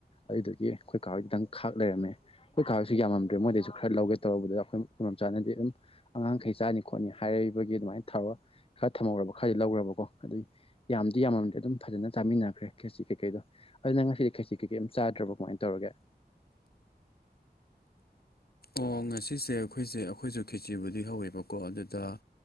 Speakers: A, on the left; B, on the left.
A: ꯑꯗꯨꯗꯨꯒꯤ ꯑꯩꯈꯣꯏ ꯀꯥ ꯈꯤꯇꯪ ꯈꯥꯛ ꯂꯩꯔꯝꯃꯦ ꯑꯩꯈꯣꯏ ꯈꯥꯔꯁꯨ ꯌꯥꯝꯃꯝꯗ꯭ꯔꯦ ꯃꯣꯏꯗꯩ ꯈꯔ ꯂꯧꯒꯦ ꯇꯧꯔꯨꯕꯗ ꯑꯩꯈꯣꯏ ꯑꯩꯈꯣꯏ ꯃꯆꯥꯅꯗꯤ ꯑꯗꯨꯝ ꯑꯉꯥꯡꯈꯩ ꯆꯥꯅꯤ ꯈꯣꯠꯅꯤ ꯍꯥꯏꯔꯤꯕꯒꯤ ꯑꯗꯨꯃꯥꯏꯅ ꯊꯧꯔꯣ ꯈꯔ ꯊꯝꯍꯧꯔꯕ ꯈꯔꯗꯤ ꯂꯧꯈ꯭ꯔꯕꯀꯣ ꯑꯗꯨꯏ ꯌꯥꯝ ꯑꯗꯨꯗꯤ ꯌꯥꯝꯃꯝꯗꯤ ꯑꯗꯨꯝ ꯐꯖꯅ ꯆꯥꯃꯤꯟꯅꯈ꯭ꯔꯦ ꯈꯦꯁꯤ ꯀꯩꯀꯩꯗꯣ ꯑꯗꯨꯅ ꯉꯁꯤꯗꯤ ꯈꯦꯁꯤ ꯀꯩꯀꯩ ꯌꯥꯝ ꯆꯥꯗ꯭ꯔꯕ ꯀꯃꯥꯏꯅ ꯇꯧꯔꯒꯦ
B: ꯑꯣ ꯉꯁꯤꯁꯦ ꯑꯩꯈꯣꯏꯁꯦ ꯑꯩꯈꯣꯏꯁꯨ ꯈꯦꯆꯤꯕꯨꯗꯤ ꯍꯧꯋꯦꯕꯀꯣ ꯑꯗꯨꯗ